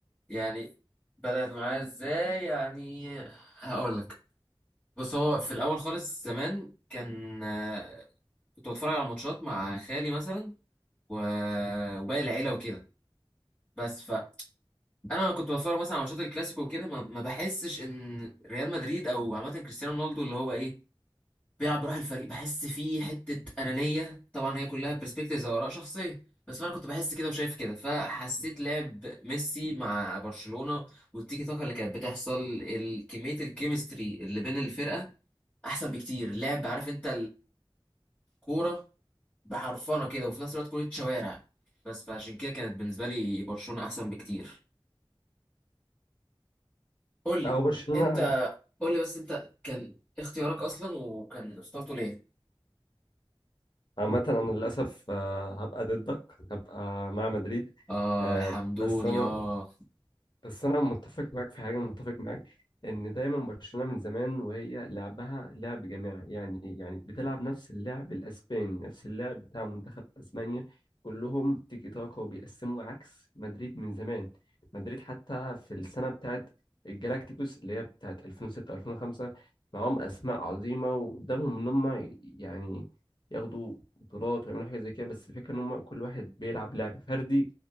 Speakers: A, on the left (about 15°); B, on the left (about 55°).
A: يعني بدأت معاه ازاي يعني هقول لك بص هو في الاول خالص زمان كان آه، كنت بتفرج على ماتشات مع خالي مثلا و... وباقي العيلة وكده بس انا كنت بتفرج مثلا على ماتشات الكلاسيكو وكده ما, ما بحسش ان ريال مدريد او عامه كريستيانو رونالدو اللي هو ايه بيلعب بروح الفريق بحس فيه حته انانيه طبعا هي كلها برسبكتيفز او اراء شخصيه بس انا كنت بحس كده وشايف كده فحسيت لعب ميسي مع برشلونه والتيكي تاكا اللي كانت بتحصل ال- كميه الكيمستري اللي بين الفرقه احسن بكتير لعب عارف انت الكوره بحرفنه كده وفي نفس الوقت كوره شوارع بس فعشان كده كانت بالنسبه لي برشلونه احسن بكتير قول لي
B: لا هو برشلونة
A: انت قول لي بس انت كان اختيارك اصلا وكان اخترته ليه
B: عامة أنا للأسف آه، هبقى ضدك هبقى مع مدريد
A: اه
B: آه،
A: يا حمدوني
B: بس أنا
A: اه
B: بس انا متفق معاك في حاجه متفق معاك ان دايما برشلونه من زمان وهي لعبها لعب جماعي يعني يعني بتلعب نفس اللعب الاسباني نفس اللعب بتاع منتخب اسبانيا كلهم تيكي تاكا وبيقسموا عكس مدريد من زمان مدريد حتى في السنه بتاعت الجالاكتيكوس اللي هي بتاعت 2006 2005 معاهم اسماء عظيمه وقدامهم ان هم يعني ياخدوا بطولات ويعملوا حاجه زي كده بس الفكره ان هم كل واحد بيلعب لعب فردي